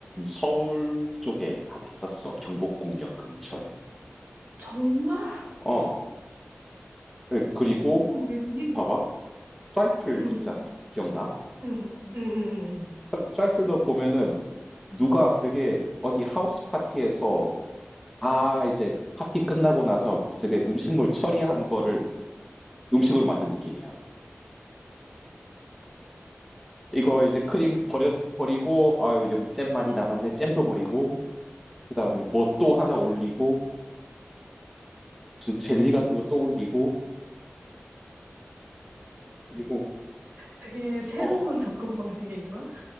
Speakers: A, in the centre; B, on the right.
A: 서울 쪽에 하나 있었어. 경복궁역 근처에.
B: 정말?
A: 어. 그- 그리고
B: 어, 웬일이?
A: 봐봐. 트라이플
B: 응,
A: 있잖아. 기억나?
B: 응, 응, 응, 응. 응.
A: 트 트라이플도 보면은 누가 되게 어디 하우스 파티에서 아 이제 파티 끝나고 나서 되게 음식물 처리한 거를 음식으로 만든 느낌이야. 이거 이제 크림 버려 버리고 아유 여기 잼 많이 남았네. 잼도 버리고 그다음에 뭐 또 하나 올리고 무슨 젤리 같은 거 또 올리고 그리고
B: 되게 새로운
A: 어. 어.
B: 접근 방식인걸?